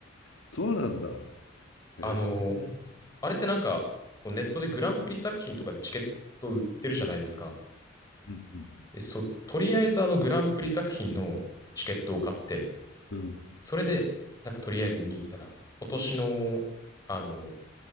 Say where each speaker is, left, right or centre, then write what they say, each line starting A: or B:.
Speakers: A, on the left; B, on the left.
A: そうなんだ。へえ。
B: あの、あれってなんか、こうネットでグランプリ作品とかでチケット売ってるじゃないですか。
A: うん
B: で、そう、とりあえずあのグランプリ作品のチケットを買って、
A: うんうん。
B: それで、なんかとりあえず見に行ったら、今年の、あの、